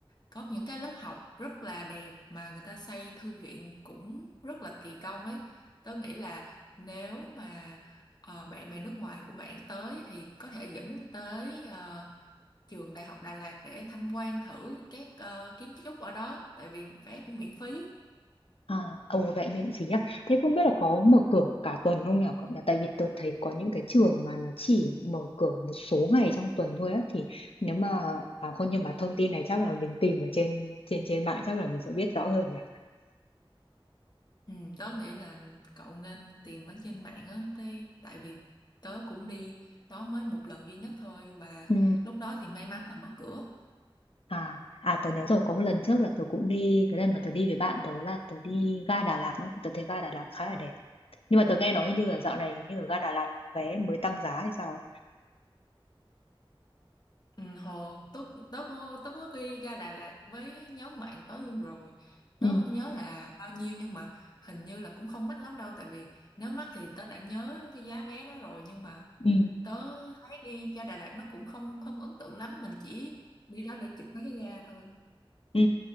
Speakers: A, on the left; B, on the left.
A: có những cái lớp học rất là đẹp mà người ta xây thư viện cũng rất là kỳ công ấy. Tớ nghĩ là nếu mà ờ, bạn bè nước ngoài của bạn tới thì có thể dẫn tới ờ, trường Đại học Đà Lạt để tham quan thử các ờ, kiến trúc ở đó tại vì vé cũng miễn phí.
B: À, ồ vậy miễn phí à? Thế không biết là có mở cửa cả tuần không nhỉ cậu nhỉ? Tại vì tôi thấy có những cái trường mà nó chỉ mở cửa một số ngày trong tuần thôi á thì nếu mà à không nhưng mà thông tin này chắc là mình tìm ở trên trên trên mạng chắc là mình sẽ biết rõ hơn nhỉ.
A: Ừ, tớ nghĩ là cậu nên tìm ở trên mạng á, tại tại vì tớ cũng đi đó mới một lần duy nhất thôi và
B: Ừ.
A: lúc đó thì may mắn là mở cửa.
B: À à tớ nhớ rồi có một lần trước là tớ cũng đi cái lần mà tớ đi với bạn tớ là tớ đi ga Đà Lạt nữa tớ thấy ga Đà Lạt khá là đẹp nhưng mà tớ nghe nói hình như là dạo này hình như ở ga Đà Lạt vé mới tăng giá hay sao ấy.
A: Ừ, hồi tớ tớ có tớ có đi ra Đà Lạt với nhóm bạn tớ luôn rồi
B: Ừ.
A: tớ không nhớ là bao nhiêu nhưng mà hình như là cũng không mắc lắm đâu tại vì nếu mắc thì tớ đã nhớ cái giá vé đó rồi nhưng mà
B: Ừ.
A: tớ thấy đi ra Đà Lạt nó cũng không không ấn tượng lắm mình chỉ đi đó để chụp mấy cái ga thôi
B: Ừ,